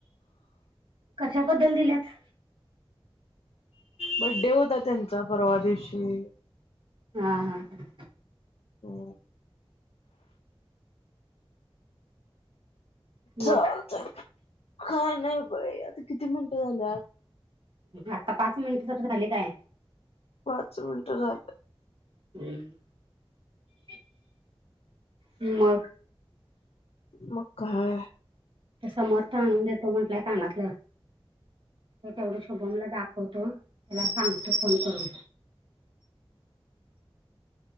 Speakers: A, on the right; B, on the left.
A: कशाबद्दल दिल्यात?
B: बड्डे होता त्यांचा परवा दिवशी!
A: हा हा ह
B: हो चालतय
A: मग
B: काय नाही बाई आता किती मिनिटं झाल्यात?
A: आता पाच मिनिटं तर झाले काय!
B: पाच मिनटं झालं
A: <inaudible> हम मग
B: मका हाय?
A: समर्थ आणून देतो म्हंटलाय कानाातलं. ते तेवढं शुभमला दाखवतो त्याला सांगतो फोन करून.